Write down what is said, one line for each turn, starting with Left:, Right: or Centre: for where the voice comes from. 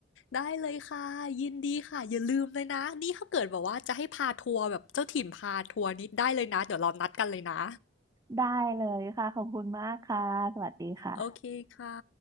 Left: ได้เลยค่ะยินดีค่ะอย่าลืมเลยนะนี่ถ้าเกิดแบบว่าจะให้พาทัวร์แบบเจ้าถิ่นพาทัวร์นี้ได้เลยนะเดี๋ยวเรานัดกันเลยนะ
Right: ได้เลยค่ะขอบคุณมากค่ะสวัสดีค่ะ
Left: โอเคค่ะ